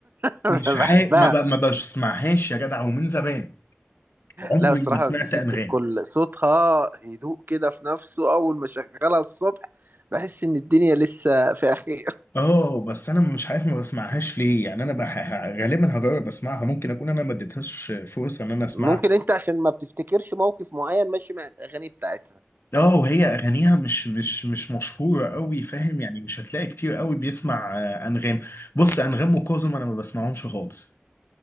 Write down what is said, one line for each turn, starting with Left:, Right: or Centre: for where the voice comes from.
Right: <laughs> انا
Left: مش حاجه
Right: بحبها
Left: ما ب- ما بسمعهاش يا جدع ومن زمان عمري
Right: لا بصراحة
Left: ما سمعت
Right: دي ست
Left: انغام
Right: الكل صوتها هدوء كده في نفسه اول ما شغلها الصبح بحس ان الدنيا لسه في خير
Left: اه بس انا مش عارف ما بسمعهاش ليه يعني انا بح... غالبا هجرب اسمعها ممكن اكون انا ما اديتهاش فرصه ان انا اسمعها
Right: ممكن انت عشان ما بتفتكرش موقف معين ماشي مع الاغاني بتاعتها
Left: اه وهي اغانيها مش مش مش مشهوره قوي فاهم يعني مش هتلاقي كتير قوي بيسمع آه، انغام بص انغام وكاظم انا ما بسمعهمش خالص